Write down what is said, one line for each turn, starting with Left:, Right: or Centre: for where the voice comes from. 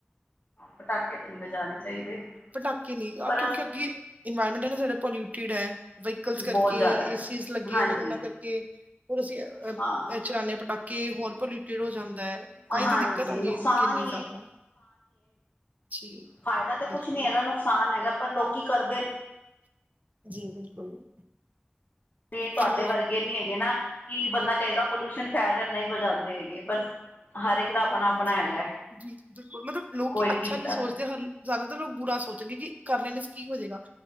Left: ਪਟਾਕੇ ਤੇ ਨਹੀਂ ਵਜਾਣੇ ਚਾਹੀਦੇ
Right: ਪਟਾਕੇ ਨੀ
Left: ਪਰ
Right: ਕਿਉਂਕਿ ਅੱਗੇ ਇਨਵਾਇਰਮੈਂਟ ਸਾਡਾ ਪੋਲਿਟਡ ਹੈ ਵਹੀਕਲ
Left: ਬਹੁਤ
Right: ਕਰਕੇ
Left: ਜ਼ਿਆਦਾ ਹੈ
Right: ਏ
Left: ਹਾਂਜੀ
Right: ਨੇ ਉਹਨਾਂ ਕਰਕੇ ਹੋਰ ਅਸੀਂ ਅ
Left: ਹਾਂ
Right: ਚਲਾਾਨੇ ਪਟਾਕੇ ਹੋਰ ਪੋਲਿਊਟਿਡ ਹੋ ਜਾਂਦਾ ਹੈ ਤਾਂ ਹੀ
Left: ਹਾਂਜੀ
Right: ਤਾਂ ਦਿੱਕਤ ਆਉਂਦੀ
Left: ਨੁਕਸਾਨ
Right: ਹੈ ਕਿੰਨੀ ਜ਼ਿਆਦਾ ਜੀ
Left: ਫ਼ਾਇਦਾ ਤਾਂ ਕੁਛ
Right: ਬਿਲਕੁਲ
Left: ਨੀ ਹੈਗਾ ਨੁਕਸਾਨ ਹੈਗਾ ਪਰ ਲੋਕੀ ਕਰਦੇ ਨੇ
Right: ਜੀ ਬਿਲਕੁਲ।
Left: ਤੇ ਤੁਹਾਡੇ
Right: ਸਾਨੂੰ
Left: ਵਰਗੇ ਨਹੀਂ ਹੈਗੇ ਨਾ। ਕਿ ਬੰਦਾ ਕਹੇਗਾ ਪੋਲਿਊਸ਼ਨ ਫੈਲ ਰਿਹਾ ਨਹੀਂ ਵਜਾਂਦੇ ਹੈਗੇ ਪਰ ਹਰ ਇੱਕ ਦਾ ਆਪਣਾ
Right: ਹਾਂਜੀ
Left: ਆਪਣਾ ਹੈਗਾ
Right: ਜੀ ਬਿਲਕੁਲ ਮਤਲਬ ਲੋਕੀ
Left: ਕੋਈ
Right: ਅੱਛਾ
Left: ਕੀਤਾ
Right: ਨਹੀ ਸੋਚਦੇ
Left: ਤਾਂ
Right: ਹਨ। ਜ਼ਿਆਦਾ ਤਰ, ਲੋਕ ਬੁਰਾ ਸੋਚਣਗੇ ਕਿ, ਕਰ ਲੈਂਦੇ ਕੀ ਹੋਜੇਗਾ,